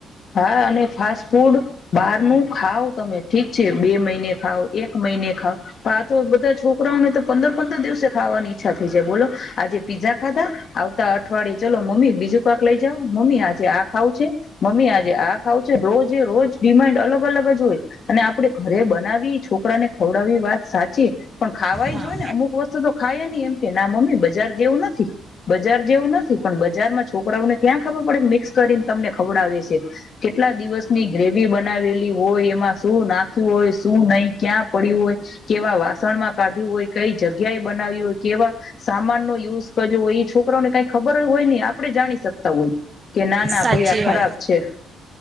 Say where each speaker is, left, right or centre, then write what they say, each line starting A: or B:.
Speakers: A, on the left; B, on the right.
A: હા અને ફાસ્ટ ફૂડ બારનું ખાાવ તમે ઠીક છે. બે મહિને ખઓ, એક મહિને ખાવ. આ તો બધા છોકરાઓને તો પંદર પંદર દિવસે ખાવાની ઈચ્છા થઈ જાય. બોલો આજે. પીઝા ખાધા. આવતા અઠવાડયે ચાલલો મમ્મી બીજું પાક લઈ જાાવ. મમ્મી આજે આ ખાવું છે, મમ્મી આ આ ખાવું છે રોજે રોજ ડિમાન્ડ અલગ અલગ જ હોય. અને આપડે ઘરે બનાવી છોકરા ને ખવડાવવી વાત સાચી. પણ ખાવા જ
B: હા
A: હોય ને અમુક વસ્તુ તો ખાાય નને એમ કે ના મમ્મી બજાર જેવું નથી બજાર જેવું નથી પણ બજાર માં છોકરાઓને ક્યાં ખબર પડે મિક્સ કરીને તમને ખવડાવે છે. કેટલા દિવસની ગ્રેવી બનાવેલી હોય એમાં શું નાખ્યું હોય, શું નહી ક્યાં પડ્યું હોય, કેવા વાસણમાં કાઢ્યું હોય, કઈ જગ્યાએ બનાવ્યું, હોય કેવા સામાન નો યુઝ કર્યો હોય એ છોકરાને કઈ ખબર જ હોય નહ આપણે જાણી શકતા હોય. કે ના ના
B: સાચી
A: ભાઈ આ ખરાબ
B: વાત
A: છે.